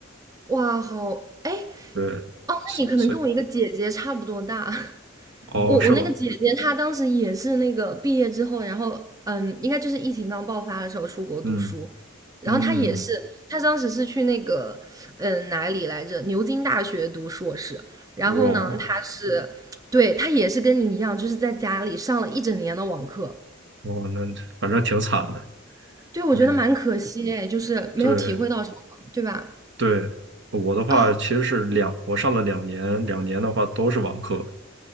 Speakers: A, on the right; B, on the right.
A: 哇，好，哎，
B: 对，
A: 哦，那你可能跟我一个姐姐差不多大。
B: 所所以
A: <laughs>
B: 哦，
A: 我我那个姐姐她当时也是那个毕业之后，
B: 是吗？
A: 然后嗯，应该就是疫情刚爆发的时候出国读书，
B: 嗯。
A: 然后她也是，
B: 嗯，
A: 她当时是去那个嗯哪里来着，牛津大学读硕士，然后呢，
B: 我
A: 她是对她也是跟你一样，就是在家里上了一整年的网课，
B: 我那反正挺惨的，
A: 对，我觉得蛮可惜哎，
B: 就是
A: 就是没有体会到什么，
B: 对
A: 对吧？
B: 对，我的话其实是两，
A: 啊，嗯
B: 我上了两年，两年的话都是网课，